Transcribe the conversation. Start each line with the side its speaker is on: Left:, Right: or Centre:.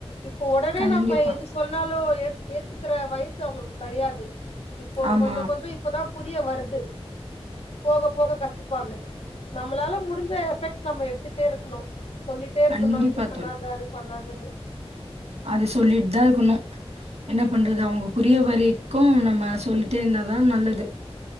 Left: இப்போ ஒடனே
Right: கண்டிப்பா
Left: நம்ம எது சொன்னாலு ஏத்துக் ஏத்துக்கிற வயசு அவ்ங்களுக்கு கெட்யாது இப்போ
Right: ஆமா
Left: கொஞ்சோ கொஞ்சோ இப்பதா புரிய வருது போக போக கத்துப்பாங்க நம்மளால முடிஞ்ச எஃபெக்ட் நம்ம எடுத்துட்டே இருக்குணு சொல்லிட்டே இருக்கணு
Right: கண்டிப்பா
Left: இது பண்ணாத அது பண்ணாதன்னு
Right: அது சொல்லிட் தா இருக்கணு என்ன பண்றது அவ்ங்க புரிய வரைக்கும் நம்ம சொல்லிட்டே இருந்தாதா நல்லது